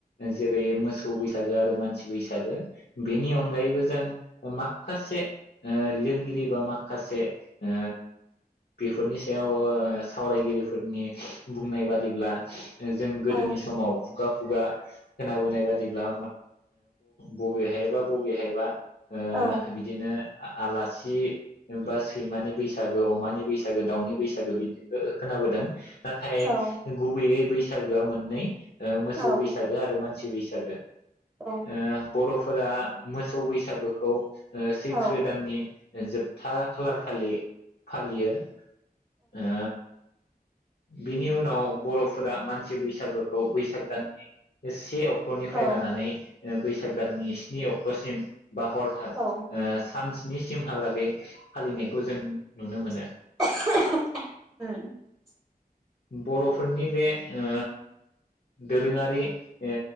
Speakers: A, on the left; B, on the right.
A: जेरै मोसौ बैसागो आरो मानसि बैसागो। बेनि अनगायैबो जों माखासे ओ लिरगिरि बा माखासे ओ बेफोरनि सायाव सावरायगिरिफोरनि बुंनाय बादिब्ला जों गोदोनि
B: ओं
A: समाव खुगा खुगा <inaudible> खोनाबोनाय बादिब्ला बबेहायबा बबेहायबा ओ
B: औ
A: बिदिनो आलासि हि नुबासि सैमानि बैसागो अमानि बैसागो। बैसागो दाउनि बैसागो बिदिखौ खोनाबोदों। नाथाय
B: औ
A: गुबैयै बैसाग गोआ मोननै ओ मोसौ
B: औ
A: बैसागो आरो मानसि बैसागो
B: औ
A: ओ बरफोर फोरा मोसौ बैसागोखौ ओ सैथ्रो
B: औ
A: दाननि जोबथा खालार खालि फालियो ओ बिनि उनाव बरफोरा मानसि बैसागोखौ बैसाग दाननि से अक्ट क्टरनिफ्राय
B: औ ओं औ
A: लानानै ओ बैसाग जाननि स्नि अक्टसिम बा हरथात
B: औ
A: ओ सानसे स्निसिमहालागै फालिनायखौ जों नुनो मोनो
B: <unintelligible>
A: बरफोरनि बे ओ दोरोङारि ओ